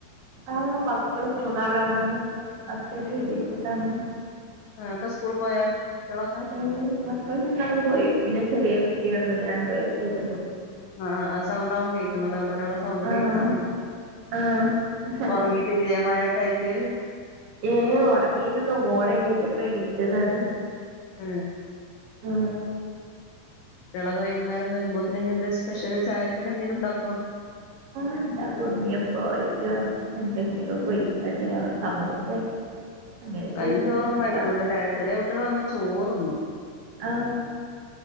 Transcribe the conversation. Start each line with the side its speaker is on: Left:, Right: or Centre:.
Right: ആ മക്കള് മൂന്നാളാണ് അസ്ബന്റ് വിദേശത്താണ്
Left: ആക്ക സ്കൂൾ പോയാ കുട്ടികളൊക്കെ
Right: ഏ മക്കൾ രണ്ടാളും പോയി പിന്നെ ചെറിയ കുട്ടിയാണള്ളത് രണ്ടു വയസ്സായിട്ട്
Left: ആ ആ സൗണ്ടാവും കേക്കണന്നത് അവിടെ ഒരാളെ സൗണ്ട്
Right: ആഹ്
Left: കേക്കാ
Right: ആഹ്
Left: ഒറങ്ങീട്ട് ജേമായൊക്കയിട്ട്
Right: ഏ ഉറങ്ങിനുന്നു മോളെണീറ്റപ്പ ണീറ്റതാണ്
Left: ആ
Right: ആ
Left: വിളക വൈകുന്നേരം വരുമ്പോത്തന് ഇനി എന്തേലും സ്പെഷ്യല് ചായക്കടി എന്തെലും ഉണ്ടാക്കോ
Right: ണ്ടാക്കുണ്ണിയപ്പോയിട്ടോ എന്തെങ്കിലും പൊരിക്കടിയ സമൂസേ അങ്ങനെയൊക്കെ
Left: കഞ്ഞിം
Right: ആയിട്ട്
Left: ചോറൊന്നും
Right: എന്തെങ്കിലും
Left: കഴിക്കൂലല്ലേ
Right: ഉണ്ടാക്കും.
Left: ചെറിയ കുട്ട്യള് വന്ന ചോറ്ണ്ണു
Right: ആ